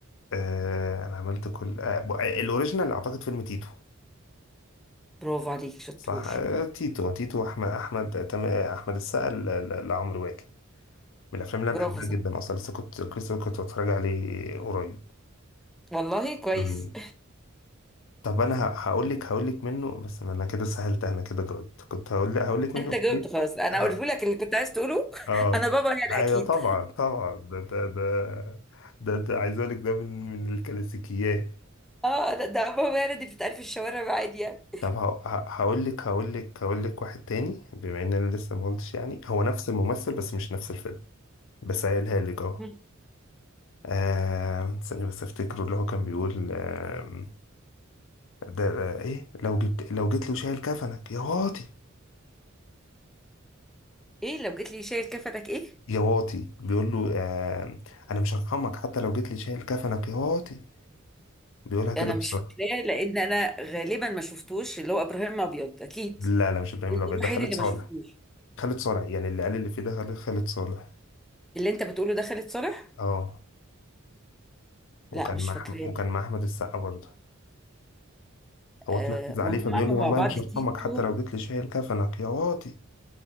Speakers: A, on the left; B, in the centre.
A: آه انا عملت كل آه ب- الاوريجينال اعتقد فيلم تيتو
B: برافو عليك شطور
A: صح آه تيتو تيتو احمد احمد تم- احمد السقا ل- ل- لعمرو واكد من الافلام اللي انا
B: برافو
A: بحبها
B: صح
A: جدا اصلا لسه كنت لسه كنت بتفرج عليه قريب
B: والله كويس
A: مم. طب انا هقول لك هقول لك منه بس انا كده سهلت انا كده جاوبت كنت هقول لك هقول
B: <laughs>
A: لك منه
B: انت جاوبت
A: إفيه.
B: خلاص انا
A: اه
B: قلت لك اللي كنت عايز تقوله
A: اه
B: <laughs> انا بابا يلا
A: ايوه
B: اكيد
A: طبعا طبعا ده ده ده ده, ده عايز اقول لك ده من من الكلاسيكيات
B: اه ده, ده بابا يلا دي بتتقال في الشوارع عادي يعني
A: طب هقول لك هقول لك هقول لك واحد تاني بما ان انا لسه ما قلتش يعني هو نفس الممثل بس مش نفس الفيلم بس قايلها لك اهو
B: <laughs>
A: آه، استني بس افتكره اللي هو كان بيقول آه، ده آه، ايه لو جبت لو جيت له شايل كفنك يا واطي
B: ايه لو جيت لي شايل كفتك ايه
A: يا واطي بيقول له آه، انا مش هرحمك حتى لو جيت لي شايل كفنك يا واطي بيقولها كده
B: انا
A: بسرعه
B: مش فاكراه لان انا غالبا ما شفتوش اللي هو ابراهيم ابيض اكيد
A: لا لا مش ابراهيم
B: ده
A: الابيض
B: الوحيد
A: ده خالد
B: اللي
A: صالح
B: ما شفتوش
A: خالد صالح يعني اللي قال اللي فيه ده خالد خالد صالح
B: اللي انت بتقوله ده خالد صالح
A: اه وكان
B: لا مش
A: مع
B: فاكراه
A: أحم- وكان
B: ده
A: مع احمد السقا برضه هو
B: آه
A: اتنرفز عليه
B: ما هم
A: فبيقول
B: عملوا
A: له والله
B: مع بعض
A: مش هرحمك
B: تيتو
A: حتى لو جيت لي شايل كفنك يا واطي